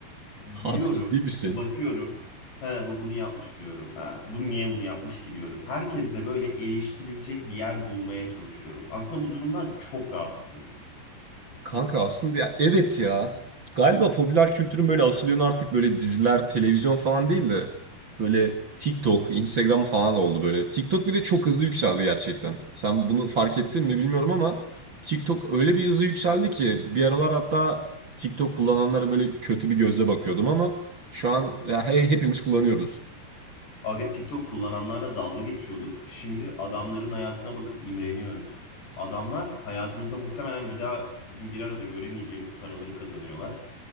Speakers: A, on the left; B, on the right.
A: Giriyorum,
B: Abi ciddi misin?
A: bakıyorum. He bu bunu yapmış diyorum. Ha, bu niye bunu yapmış ki diyorum. Herkes de böyle eleştirilecek bir yer bulmaya çalışıyorum. Aslında bu durumdan çok rahatsızım.
B: Kanka aslında ya evet ya. Galiba popüler kültürün böyle asıl yönü artık böyle diziler, televizyon falan değil de böyle TikTok, Instagram falan oldu böyle. TikTok bir de çok hızlı yükseldi gerçekten. Sen bunu fark ettin mi bilmiyorum ama TikTok öyle bir hızlı yükseldi ki bir aralar hatta TikTok kullananlara böyle kötü bir gözle bakıyordum ama şu an ya he- hepimiz kullanıyoruz.
A: Aga TikTok kullananlarla dalga geçiyorduk. Şimdi adamların hayatına bakıp imreniyoruz. Adamlar hayatımızda muhtemelen bir daha bizim bir arada göremeyeceğimiz paraları kazanıyorlar.